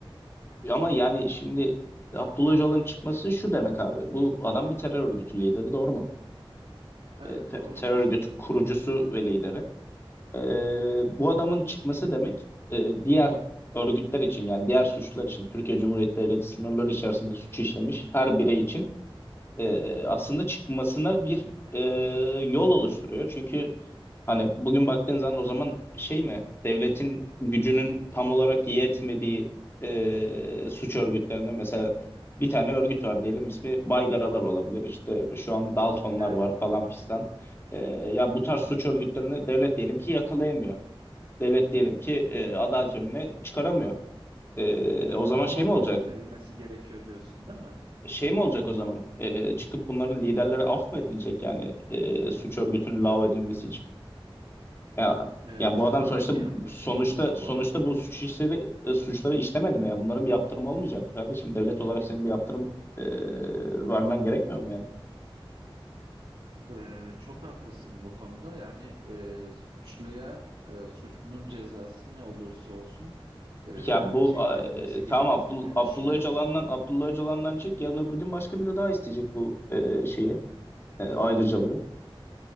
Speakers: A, on the left; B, on the right.
A: E, ama yani şimdi Abdullah Öcalan'ın çıkması şu demek abi. Bu adam bir terör örgütü lideri doğru mu?
B: Evet
A: E, ter-
B: doğrudur.
A: terör örgütü kurucusu ve lideri. E, bu adamın çıkması demek e, diğer örgütler için yani diğer suçlar için Türkiye Cumhuriyeti Devleti sınırları içerisinde suç işlemiş her birey için e, aslında çıkmasına bir e, yol oluşturuyor. Çünkü hani bugün baktığın zaman o zaman şey mi devletin gücünün tam olarak yetmediği e, suç örgütlerine mesela bir tane örgüt var diyelim ismi Baygaralar olabilir işte şu an Daltonlar
B: Evet.
A: var falan fistan. E, ya bu tarz suç örgütlerini devlet diyelim ki yakalayamıyor. Devlet diyelim ki e, adalet önüne çıkaramıyor. E, o zaman
B: Tamamı
A: şey mi olacak?
B: gösterilmesi gerekiyor diyorsun değil mi?
A: Şey mi olacak o zaman? Ee, çıkıp bunların liderlere af mı edilecek yani e, suç örgütünün lağv edilmesi için? Ya
B: Ee,
A: ya
B: çok
A: bu adam
B: haklı
A: sonuçta
B: bir yaklaşımdasın
A: sonuçta sonuçta
B: bu arada.
A: bu suç işleri e, suçları işlemedi mi ya? Bunların bir yaptırımı olmayacak mı kardeşim? Devlet olarak senin bir yaptırım e, vermen gerekmiyor mu yani?
B: Ee, çok haklısın bu konuda. Yani e, suçluya e, suçlunun cezası ne olursa olsun e,
A: Ya bu
B: çektirilmesi
A: e,
B: gerektiğini
A: tamam Abdul, Abdullah
B: düşünüyorum
A: Öcalan'dan
B: ben de.
A: Abdullah Öcalan'dan çek yarın öbür gün başka biri daha isteyecek bu e, şeyi e, ayrıcalığı.